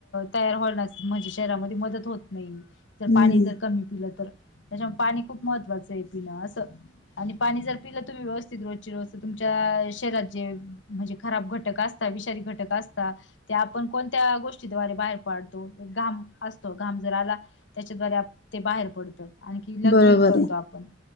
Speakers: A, on the left; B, on the left.
A: तयार होणार म्हणजे शरीरामध्ये मदत होत नाही जर
B: हम्म
A: पाणी जर कमी पिलं तर. त्याच्यामुळे पाणी खूप महत्त्वाचं आहे पिन असं. आणि पाणी जर पिलं तुम्ही व्यवस्थित रोजची रोज तर तुमच्या शहरात जे म्हणजे खराब घटक असता विषारी घटक असता. ते आपण कोणत्या गोष्टीद्वारे बाहेर पाडतो घाम असतो घाम जर आला. त्याच्याद्वारे ते बाहेर पडतं. आणखी लघवी
B: बरोबर
A: करतो
B: आहे
A: आपण